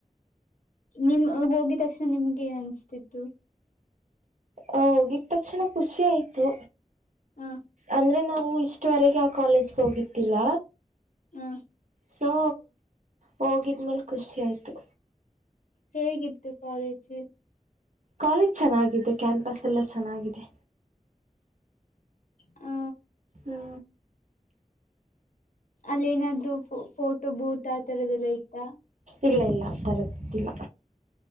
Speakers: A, on the left; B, on the right.
A: ನಿಮ ಹೋಗಿದ ತಕ್ಷಣ ನಿಮ್ಗೆ ಏನ್ ಅನ್ಿಸ್ತಿತ್ತು
B: ಅ ಹೋಗಿದ ತಕ್ಷಣ ಖುಷಿ ಆಯ್ತು
A: ಹ
B: ಅಂದ್ರೆ ನಾವು ಇಷ್ಟ ಅಷ್ಟವರೆಗೆ ಆ ಕಾಲೇಜ್ಗೆ ಹೋಗಿರ್ತಿಲ್ಲ
A: ಹ
B: ಸೊ ಹೋಗಿದ್ಮೇಲೆ ಖುಷಿಯ ಆಾಯಿತು
A: ಹೇಗಿತ್ತು ಕಾಲೇಜ
B: ಕಾಲೇಜ್ ಚೆನ್ನಾಗಿದೆ ಕ್ಯಾಂಪಸ್ ಎಲ್ಲ ಚೆನ್ನಾಗಿದೆ
A: ಹೂ
B: ಹಾ
A: ಅಲ್ಲಿ ಏನಾದ್ರು ಫೋಟೋ ಬೂತ್ ಆ ತರದೆಲ್ಲ ಇತ್ತ
B: ಇಲ್ಲ ಇಲ್ಲ ಇಡಿದಿಲ್ಲ